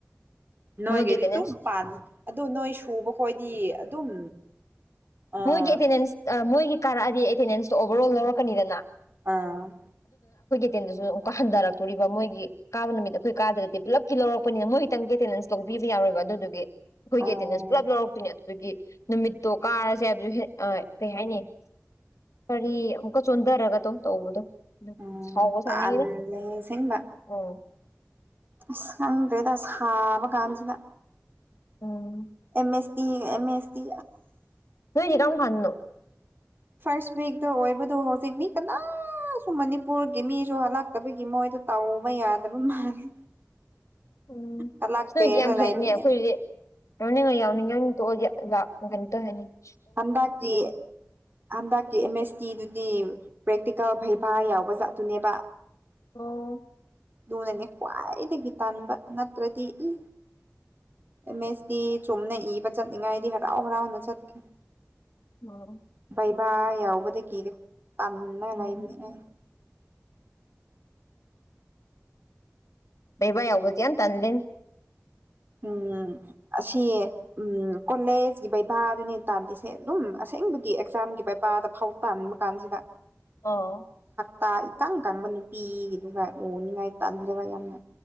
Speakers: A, on the right (about 40°); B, on the left (about 70°).
A: ꯅꯣꯏꯒꯗꯤ
B: ꯃꯣꯏꯒꯤ ꯑꯦꯇꯦꯟꯗꯦꯟꯁ
A: ꯗꯨꯝ ꯄꯥꯟ ꯑꯗꯨ ꯅꯣꯏ ꯁꯨꯕ ꯈꯣꯏꯗꯤ ꯑꯗꯨꯝ ꯑꯥ
B: ꯃꯣꯏꯒꯤ ꯑꯦꯇꯦꯟꯗꯦꯟꯁ ꯃꯣꯏꯒꯤ ꯀꯥꯔꯛꯑꯗꯤ ꯑꯦꯇꯦꯟꯗꯦꯟꯁꯇꯣ ꯑꯣꯚꯔ ꯑꯣꯜ ꯂꯧꯔꯛꯀꯅꯤꯗꯅ
A: ꯑ
B: <unintelligible> ꯗꯁꯨꯨ ꯃꯨꯛꯀ ꯍꯟꯗꯔꯛꯇꯣꯔꯤꯕ ꯃꯣꯏꯒꯤ ꯀꯥꯕ ꯅꯨꯃꯤꯠ ꯑꯩꯈꯣꯏ ꯀꯥꯗ꯭ꯔꯗꯤ ꯄꯨꯂꯞꯀꯤ ꯂꯧꯔꯛꯄꯅꯤꯅ ꯃꯣꯏꯒꯤꯗꯪꯗ ꯑꯦꯇꯦꯟꯗꯦꯟꯁ ꯂꯧꯕꯤ ꯄꯤꯕ ꯌꯥꯔꯣꯏꯕ ꯑꯗꯨꯗꯨꯒꯤ
A: ꯑꯣ
B: ꯑꯇꯦꯟꯗꯦꯟꯁ ꯄꯨꯂꯞ ꯂꯧꯔꯛꯇꯣꯏꯅꯦ ꯑꯗꯨꯒꯤ ꯅꯨꯃꯤꯠꯇꯣ ꯀꯥꯔꯁ <unintelligible> ꯍꯦꯗ ꯀꯩ ꯍꯥꯏꯅꯤ ꯀꯔꯤ ꯑꯃꯨꯛꯀ ꯆꯣꯟꯗꯔꯒ ꯗꯨꯝ ꯇꯧꯕꯗꯣ
A: ꯎꯝ
B: ꯁꯥꯎꯕꯨ ꯁꯥꯎꯅꯤꯡꯉꯤꯗ
A: ꯇꯜꯂꯦ ꯑꯁꯦꯡꯕ
B: ꯑ
A: ꯑꯁ ꯈꯪꯗ꯭ꯔꯦꯗ ꯁꯥꯕ ꯀꯥꯟꯁꯤꯗ
B: ꯎꯝ
A: M S T M S T
B: ꯅꯣꯏꯗꯤ ꯀꯔꯝ ꯀꯥꯟꯗꯅꯣ
A: ꯐꯥꯔꯁ ꯋꯤꯛꯇ ꯑꯣꯏꯕꯗꯣ ꯍꯧꯖꯤꯛ ꯃꯤ ꯀꯅꯥ ꯅꯥꯁꯨ ꯃꯅꯤꯄꯨꯔꯒꯤ ꯃꯤꯁꯨ ꯍꯜꯂꯇꯕꯒꯤ ꯃꯣꯏꯗꯣ ꯇꯧꯕ ꯌꯥꯗꯕ ꯃꯥꯜꯂꯦ
B: ꯎꯝ
A: ꯀꯂꯥꯛ
B: ꯅꯣꯏꯗꯤ
A: ꯄꯦꯜꯂ
B: ꯌꯥꯝ ꯐꯩꯅꯦ
A: ꯂꯩꯕꯅꯦ
B: ꯑꯩꯈꯣꯏꯗꯤ ꯌꯥꯎꯅꯤꯡꯉ ꯌꯥꯎꯅꯤꯡꯉ ꯗꯨꯝ ꯇꯣꯛꯑꯗꯤ ꯂꯥꯛ ꯀꯩꯅꯣꯝꯇ ꯍꯥꯏꯅꯤꯡꯉꯤ
A: ꯍꯥꯟꯗꯛꯀꯤ ꯍꯥꯟꯗꯛꯀꯤ ꯑꯦꯝ ꯑꯦꯁ ꯇꯤ ꯗꯨꯗꯤ ꯄ꯭ꯔꯦꯛꯇꯤꯀꯦꯜ ꯚꯩꯚꯥ ꯌꯥꯎꯕ ꯖꯥꯠꯇꯨꯅꯦꯕ
B: ꯑꯣ
A: ꯗꯨꯉꯅꯦ ꯈ꯭ꯋꯥꯏꯗꯒꯤ ꯇꯟꯕ ꯅꯠꯇ꯭ꯔꯗꯤ ꯏ ꯑꯦꯝ ꯑꯦꯁ ꯇꯤ ꯆꯨꯝꯅ ꯏꯕ ꯆꯠꯅꯤꯡꯉꯥꯏꯗꯤ ꯍꯔꯥꯎ ꯍꯔꯥꯎꯅ ꯆꯠꯈꯤ
B: <unintelligible>
A: ꯚꯩꯚꯥ ꯌꯥꯎꯕꯗꯒꯤ <unintelligible> ꯇꯟꯂꯒ
B: ꯑꯣ
A: ꯂꯩꯕꯅꯦ
B: ꯚꯩꯚꯥ ꯌꯥꯎꯕꯖꯦ ꯌꯥꯝ ꯇꯟꯂꯦꯟ
A: ꯎꯝ ꯑꯁꯤ ꯎꯝ ꯀꯣꯃꯦꯖꯀꯤ ꯚ ꯩꯕꯥꯗꯨꯅꯦ ꯇꯥꯗꯤꯁꯦ ꯑꯗꯨꯝ ꯑꯁꯦꯡꯕꯒꯤ ꯑꯦꯛꯖꯥꯝꯒꯤ ꯚꯩꯚꯣꯗ ꯐꯥꯎ ꯇꯟꯕ ꯀꯥꯟꯁꯤꯗ
B: ꯑꯥꯎ
A: ꯇꯥ ꯏꯀꯪ ꯀꯪꯕ ꯅꯨꯄꯤꯒꯤꯗꯨꯒ ꯎꯅꯤꯡꯉꯥꯏ ꯇꯜꯗꯕ ꯌꯥꯝꯅ